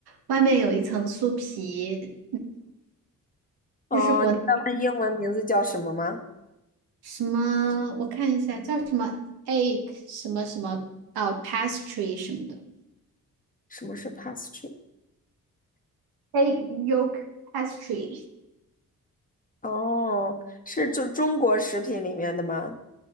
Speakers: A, on the right; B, on the left.
A: 外面有一层酥皮，
B: 哦，
A: 就是国内
B: 你知道它英文名字叫什么吗？
A: 什么我看一下叫什么 egg 什么什么呃 pastry 什么的
B: 什么是 pastry？
A: egg yolk pastry。
B: 哦，是就中国食品里面的吗？